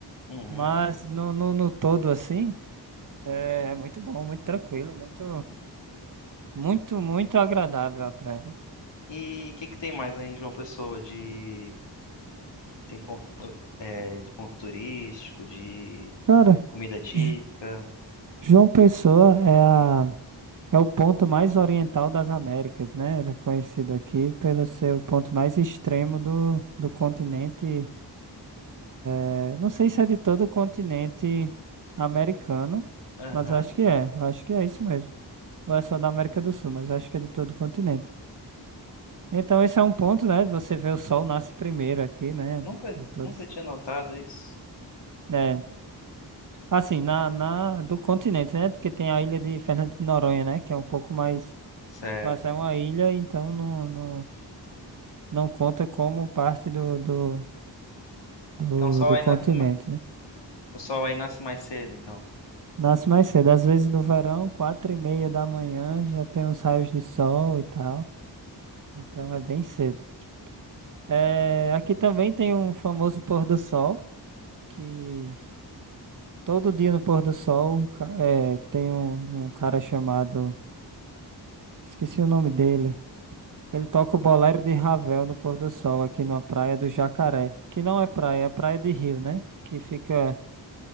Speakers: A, on the left; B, on the right.
A: Uhum.
B: Mas no, no, no todo, assim, é, é muito bom, muito tranquilo, muito, muito, muito agradável a praia.
A: E o que que tem mais aí em João Pessoa de tem ponto é, de ponto turístico, de
B: Cara,
A: comida típica?
B: J- João Pessoa é a, é o ponto mais oriental das Américas, né? Ele é conhecido aqui pelo seu ponto mais extremo do, do continente É, não sei se é de todo o continente americano,
A: Aham.
B: mas acho que é. Acho que é isso mesmo. Ou é só da América do Sul, mas acho que é de todo o continente. Então, esse é um ponto, né? Você vê o sol nasce primeiro aqui, né?
A: Nunca
B: De todos.
A: nunca tinha notado isso.
B: né? assim, na, na, do continente, né? Porque tem a ilha de Fernando de Noronha, né? Que é um pouco mais.
A: Sério.
B: Mas é uma ilha, então não, não, não conta como parte do, do, do,
A: Então o sol
B: do
A: aí
B: continente,
A: nasce, ma-
B: né?
A: o sol aí nasce mais cedo, então.
B: Nasce mais cedo, às vezes no verão, quatro e meia da manhã, já tem uns raios de sol e tal. Então é bem cedo. É, aqui também tem um famoso pôr do sol, que todo dia no pôr do sol um ca- é, tem um, um cara chamado. Esqueci o nome dele. Ele toca o bolero de Ravel no pôr do sol, aqui na praia do Jacaré. Que não é praia, é praia de rio, né? Que fica